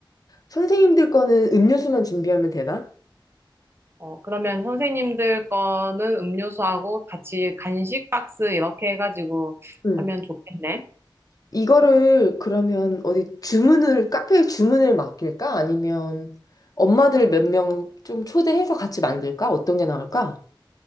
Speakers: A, on the left (about 45°); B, on the right (about 30°).
A: 선생님들 거는 음료수만 준비하면 되나?
B: 어, 그러면 선생님들 거는 음료수하고 같이 간식 박스 이렇게 해가지고
A: 음,
B: 하면 좋겠네.
A: 이거를 그러면 어디 주문을, 카페에 주문을 맡길까? 아니면 엄마들 몇 명 좀 초대해서 같이 만들까? 어떤 게 나을까?